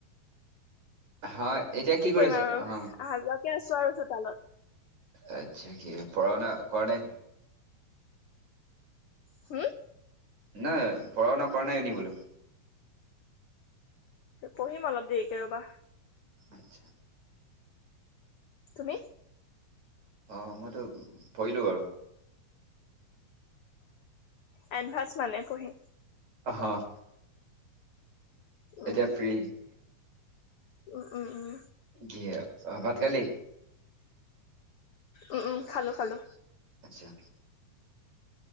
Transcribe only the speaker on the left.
কৰিম
আৰু
অহা যোৱাকে আছো আৰু চোতালত
হুম
পঢ়িম অলপ দেৰিকে ৰবা।
তুমি?
অ'এনভাছ মানে পঢ়ি।
উম,
উম উম উম।
উম উম খালো খালো।